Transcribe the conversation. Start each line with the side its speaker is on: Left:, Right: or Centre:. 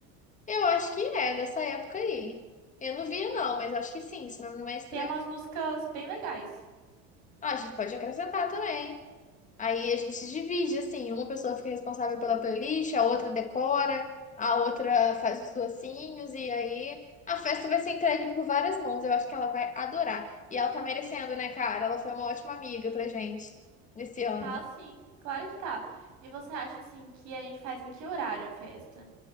Left: Eu acho que é dessa época aí. Eu não via, não, mas acho que sim. Esse nome não é estranho.
Right: Tem umas músicas bem legais.
Left: Ah, a gente pode acrescentar também. Aí a gente divide, assim, uma pessoa fica responsável pela playlist, a outra decora, a outra faz os docinhos, e aí a festa vai ser entregue por várias mãos. Eu acho que ela vai adorar. E ela tá merecendo, né, cara? Ela foi uma ótima amiga pra gente nesse ano.
Right: Tá, sim, claro que tá. E você acha assim que a gente faz em que horário a festa?